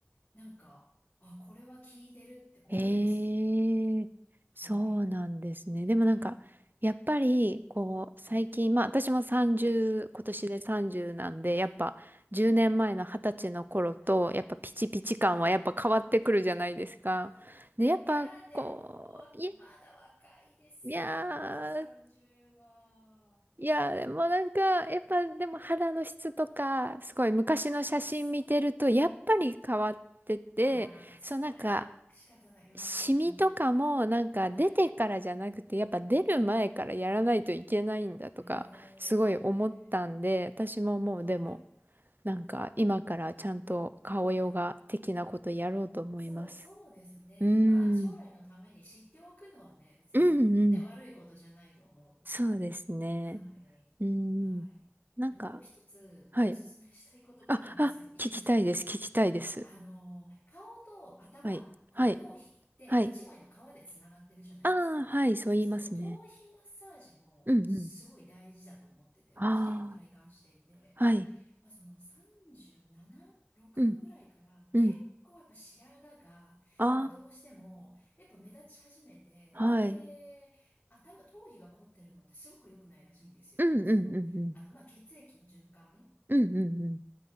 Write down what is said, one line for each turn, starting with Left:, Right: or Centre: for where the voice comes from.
Left: なんか、あ、これは効いてるって思うんですよね。
Right: ええ、
Left: はい。
Right: そうなんですね。でもなんか、
Left: はい。
Right: やっぱり、こう、
Left: はい。
Right: 最近、まあ私も30、今年で30なんで、
Left: はい。
Right: やっぱ10年前の20歳の頃と、
Left: はい。はい。
Right: やっぱピチピチ感はやっぱ変わってくるじゃないですか。で、やっぱ、
Left: いやー、
Right: こう、
Left: でも、わまだ若いですよ、
Right: いや、いや
Left: 30は。
Right: ーいや、でもなんか、やっぱでも肌の質とか、すごい昔の写真見てると、
Left: ああ、まあ、それ
Right: やっぱり変わってて、
Left: ああ、まあ、それは仕方ない。
Right: そうなんか、
Left: うん。
Right: シミとかもなんか出てからじゃなくて、
Left: はい。
Right: やっぱ出る前からやらないといけないんだとか、
Left: へえ。
Right: すごい思ったんで、私ももうでも、
Left: はい。
Right: なんか今からちゃんと顔ヨガ的なことやろうと思います。
Left: はい。そう、そうですね。
Right: うーん。
Left: まあ、将来のために知っておくのはね、別にね、
Right: うんうん。
Left: 悪いことじゃないと思うので。
Right: そうですね。
Left: はい。
Right: うーん。
Left: はい。
Right: なんか、
Left: で、もう一つおすすめしたいことがあるんですけど、
Right: はい。あ、あ、
Left: いいですかもう。
Right: 聞きたいです。聞きたいです。
Left: えあのー、顔と頭、
Right: はい。
Left: この頭皮って一枚の皮でつながってるじゃないですか。
Right: はい。はい。ああ、はい。そう言いますね。
Left: その頭皮マッサージもすごい大事だと思ってて、
Right: うんうん。ああ、
Left: 私結構体感していて。
Right: はい。
Left: まあ、その37、6ぐらいから結構やっぱ白髪が、
Right: うん、うん。あ
Left: まあ、どうしてもやっぱ目立ち始めて、
Right: あ、はい。
Left: で、頭、頭皮が凝ってるのってすごく良くないらしいんですよ。
Right: うんうんうんう
Left: その、あの、まあ、血液の循環。
Right: ん。うんうんうん。